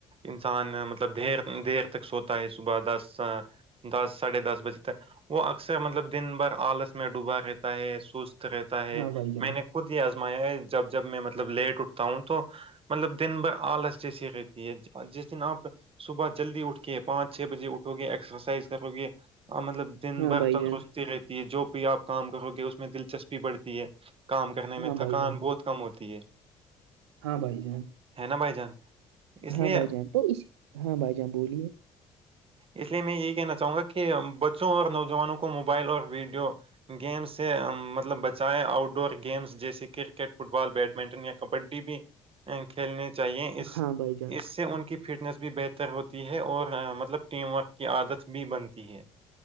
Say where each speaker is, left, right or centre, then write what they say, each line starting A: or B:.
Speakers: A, on the right (about 45°); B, on the right (about 80°).
A: انسان مطلب دیر دیر تک سوتا ہے صبح دس دس ساڈھے دس بجے تک وہ اکثر مطلب دن بھر آلس میں ڈوبا رہتا ہے سست رہتا ہے
B: ہاں بھائی جان
A: میں نے خود یہ آزمایا ہے جب جب میں مطلب لیٹ اٹھتا ہوں تو مطلب دن بھر آلس جیسی رہتی ہے جس دن آپ صبح جلدی اٹھ کہ پانچ چھ بجے اٹھو گے ایکسرسائز کرو گے مطلب دن
B: ہاں
A: بھر
B: بھائی
A: تندرستی
B: جان
A: رہتی جو بھی آپ کام کرو گے اس میں دلچسپی بڑھتی ہے کام کرنے
B: ہاں
A: میں تھکان
B: بھائی جان
A: بہت کم ہوتی ہے
B: ہاں بھائی جان
A: ہے نا بھائی جان اس
B: ہاں
A: لیے
B: بھائی جان تو اس ہاں بھائی جان بولیے
A: اس لیے میں یہی کہنا چاہوں گا کہ بچوں اور نوجوانوں کو کو موبائل اور ویڈیو گیم سے مطلب بچائے آؤٹ ڈور گیمس جیسے کرکٹ فٹ بال بیڈمنٹن یا کبڈی بھی کھیلنے چاہیے اس
B: ہاں بھائی جان
A: اس سے ان کی فٹنیس بھی بہتر ہوتی ہے اور مطلب ٹیم ورک کی عادت بھی بنتی ہے